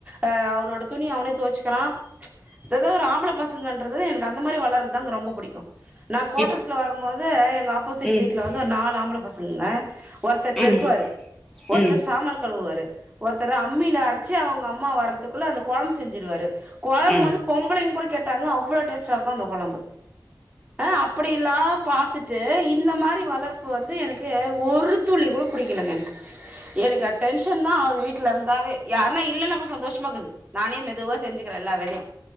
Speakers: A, on the right (about 20°); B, in the centre.
A: ஆ அவனோட துணிய அவனே தொவச்சிக்கிறா இததா ஒரு ஆம்பள பசங்க இண்டறது எனக்கு அந்த மாரி வளருதா ரொம்ப புடிக்கு நா கோட்டர்ஸ்ல
B: இப்
A: வருபோது த எங் ஆப்போசிட்
B: ம்
A: வீட்ல வந்து ஒரு நாலு ஆம்பள பசங் <unintelligible> ஒருத்தர் பெருக்குவாரு
B: ம்
A: ஒருத்தர்
B: ம்
A: சாமான் கழுவுவாரு ஒருத்தர் ஆ அம்மில அரச்சி அவுங் அம்மா வரதுக்குள்ள அந்த கொழம்பு செஞ்சிறுவாரு கொழம்பு
B: ம்
A: வந்து பொம்பளைங்க கூட கேட்டாங்க அவ்ளோ டேஸ்ட்டா இருக்கு அந்த கொழம்பு அ அப்புடி லா பாத்துட்டு இந்த மாரி வளர்ப்பு வந்து எனக்கு ஒரு துளி கூட புடிக்கலங்க எனக்கு டென்ஷன் தா ஆவுது வீட்லருந் ந்தாவே யார்னா இல்லன்னா கூட சந்தோஷ மாக்குது நானே மெதுவா செஞ்சுக்கிறே எல்லா வேலையு